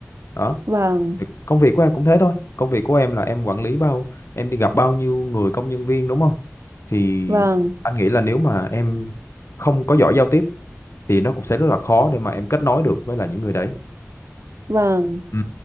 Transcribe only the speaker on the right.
vâng
vâng
vâng